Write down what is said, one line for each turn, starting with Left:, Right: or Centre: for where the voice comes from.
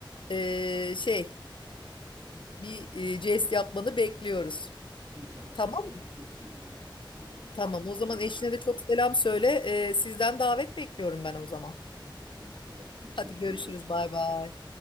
Left: eee, şey bir e, jest yapmanı bekliyoruz.
Right: İnşallah
Left: Tamam,
Right: yapacağım. Çok kısa zamanda. Tamamdır.
Left: tamam.
Right: Kendine
Left: O zaman
Right: iyi bak.
Left: eşine de çok selam söyle. E, sizden davet bekliyorum ben o zaman.
Right: Tamam, baş üstüne.
Left: Hadi
Right: Görüşürüz.
Left: görüşürüz. Bay bay.